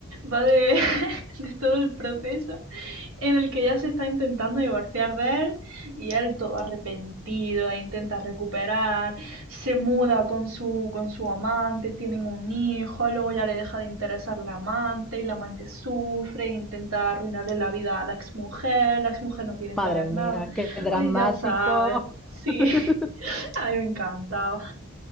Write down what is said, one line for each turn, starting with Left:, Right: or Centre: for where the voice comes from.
Right: Va de, <laughs> de todo el proceso en el que ella se está intentando divorciar de él y él todo arrepentido e intenta recuperar, se muda con su, con su amante, tienen un hijo, luego ya le deja de interesar la amante y la amante sufre, intenta arruinarle la vida a la exmujer, la exmujer no quiere
Centre: Madre
Right: saber
Centre: mía,
Right: nada.
Centre: qué dramático.
Right: Oye, ya sabes, sí,
Centre: <laughs>
Right: <laughs> a me encantaba,